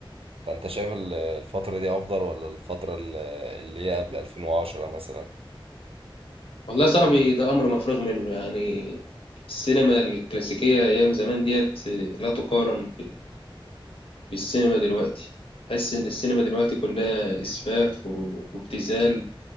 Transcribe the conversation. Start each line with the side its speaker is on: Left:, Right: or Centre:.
Right: فانت شايف ال- الفتره دي افضل ولا الفتره ال- اللي هي قبل 2010 مثلا
Left: والله يا صاحبي ده أمر مفروغ منه يعني السينما الكلاسيكية أيام زمان ديت لا تقارن بال- بالسينما دلوقتي حس إن السينما دلوقتي كلها إسفاف و- وابتذال